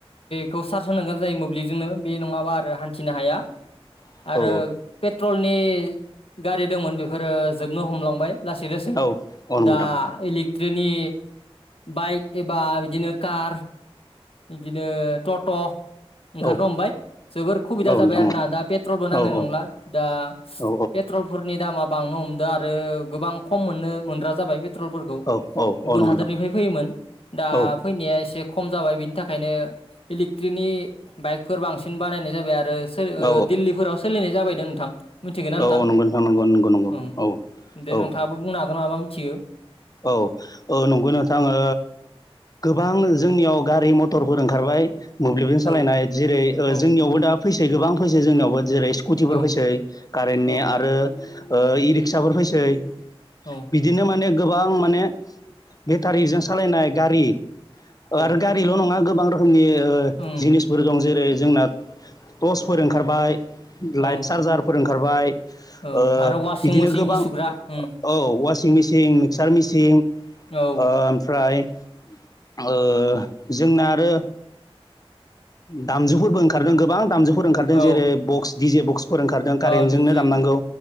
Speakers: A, on the left; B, on the left.
A: खौ सार्स होनांगोन जायो मोब्लिबजोंनो बे नङाबा आरो हान्थिनो हाया
B: औ
A: आरो पेट्रलनि गारि दंमोन बेफोरो जोबनो हमलांबाय लासै लासै
B: औ औ नंगौ
A: दा
B: नोंथां
A: एलिक ट्रेनि बाइक एबा बिदिनो कार बिदिनो टट' ओंखारनो
B: औ
A: हमबाय जोबोर खुबिदा
B: औ नोंथां
A: जाबाय आ ना दा पेट्रलबो नांनाय
B: औ औ
A: नंला दा
B: औ
A: पेट्रल फोरनि दामा बांनो हमदों आरो गोबां बां खम मोननो <unintelligible> ग्रा जाबाय पेट्रलफोरखौ
B: औ औ
A: गुबुन
B: औ नंगौ
A: हादोरनिफ्राय
B: नोंथां
A: फैयोमोन दा
B: औ
A: फैनाया एसे खम जाबाय बिनि थाखायनो इलेकट्रिकनि बाइकफोर बांसिन बानायनाय जाबाय आरो। ओ
B: औ
A: दिल्लीफोराव सोलिनाय जाबाय नो नोंथां। मिथिगौना नोंथां
B: औ नंगौ नंगौ नंगौ नंगौ
A: औ दे
B: औ
A: नोंथाङाबो बुंनो हागोन माबा मिथियो।
B: औ औ नंगौ नोंथां ओ गोबां जोंनियाव गारि मथरफोर ओंखारबाय मोब्लिबजों सालायनाय
A: औ
B: जेरै ओ
A: औ
B: जोंनियावबो दा फैसै गोबां फैसै जोंनियावबो जेरै स्कुटिफोर
A: औ
B: फैसै कारेन्टनि
A: औ
B: आरो ओ इ रिक्साफोर फैसै
A: औ
B: बिदिनो माने गोबां माने बेटारिजों सालायनाय गारि
A: औ
B: आरो गारिल' नङा गोबां रोखोमनि ओ
A: उम
B: जिनिसफोर दं जेरै जोंना टर्चफोर ओंखारबाय
A: औ
B: लाइट चार्जारफोर ओंखारबाय। ओ
A: औ आरो वासिं
B: बिदिनो
A: मेसिन
B: गोबां
A: हि सुग्रा उम
B: औ <unintelligible> सिं मिसिं मिक्सार मिसिं ओ
A: औ
B: ओमफ्राय ओ जोंना आरो दामजुफोरबो ओंखारदों गोबां दामजुफोर ओंखारदों
A: औ
B: जेरै बक्स डिजे बक्स फोर ओंखारदों कारेन्टजोंनो
A: अ बिदि
B: दामनांगौ